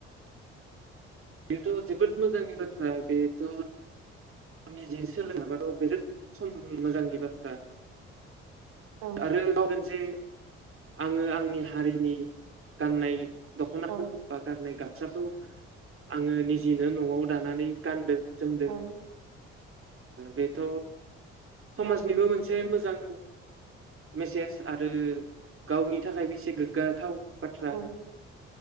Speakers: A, on the right (about 40°); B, on the right (about 70°).
A: बेथ' जोबोद मोजांनि बाथ्रा बेथ' आं निजे सोलोङाबाथ' बिराद सम मोजांनि बाथ्रा
B: औ
A: आरो <unintelligible> जे आङो आंनि हारिनि गाननाय दख'नाखौ
B: औ
A: बा गाननाय गामसाखौ आङो निजिनो न'आव दानानै गानदों सोमोन्दो
B: औ
A: बेथ' समाजनिबो
B: औ नंगौ नोंथां।
A: मोनसे मोजां मेसेज आरो गावनि थाखायबो एसे गोग्गाथाव बाथ्रा
B: औ